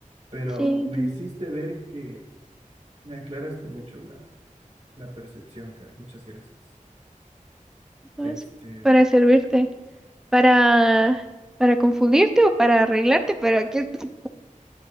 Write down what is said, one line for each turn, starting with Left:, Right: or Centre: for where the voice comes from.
Right: pero
Centre: Sí,
Right: me
Centre: ten-
Right: hiciste ver que Me aclaraste mucho la, la percepción, Kat. Muchas gracias.
Centre: ¿sabes?
Right: Este,
Centre: Para servirte. Para, para confundirte o para arreglarte, pero aquí estoy.